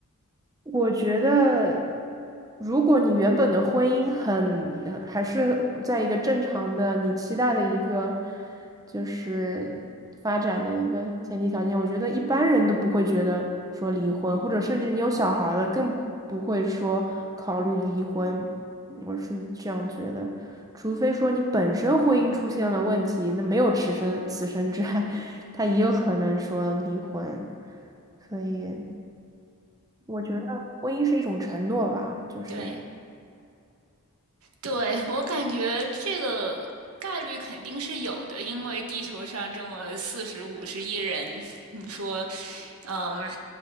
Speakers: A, on the right; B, on the right.
A: 我觉得，如果你原本的婚姻很，呃还是在一个正常的你期待的一个就是发展的一个前提条件，我觉得一般人都不会觉得说离婚，或者甚至你有小孩儿了，更不会说考虑离婚。嗯我是这样觉得，除非说你本身婚姻出现了问题，那没有此生此生之爱，<laughs> 他也有可能说离婚，所以。我觉得婚姻是一种承诺吧，就是
B: 对，对，我感觉这个概率肯定是有的，因为地球上这么四十五十亿人，你说，嗯，